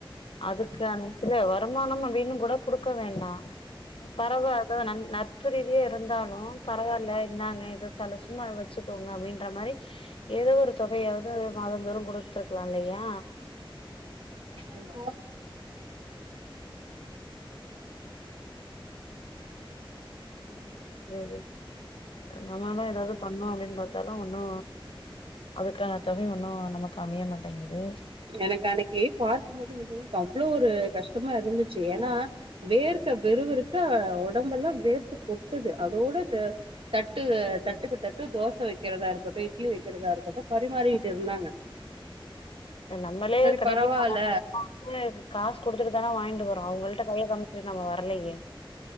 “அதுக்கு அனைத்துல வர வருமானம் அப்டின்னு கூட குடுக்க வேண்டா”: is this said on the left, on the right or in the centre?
Left